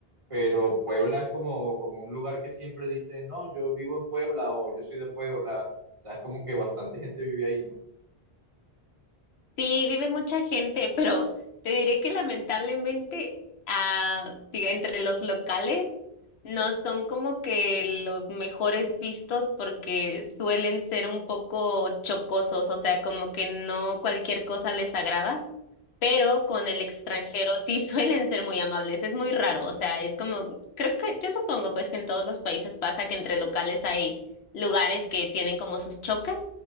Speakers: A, on the right; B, on the left.
A: pero Puebla es como, como un lugar que siempre dice, no, yo vivo en Puebla o yo soy de Puebla, o sea, es como que bastante gente vive ahí, ¿no?
B: Sí, vive mucha gente, <laughs> pero te diré que lamentablemente, ah, diga, entre los locales no son como que los mejores vistos porque suelen ser un poco chocosos, o sea, como que no cualquier cosa les agrada. pero con el extranjero sí <laughs> suelen ser muy amables, es muy raro, o sea, es como, creo que yo supongo pues que en todos los países pasa que entre locales hay lugares que tienen como sus chocas,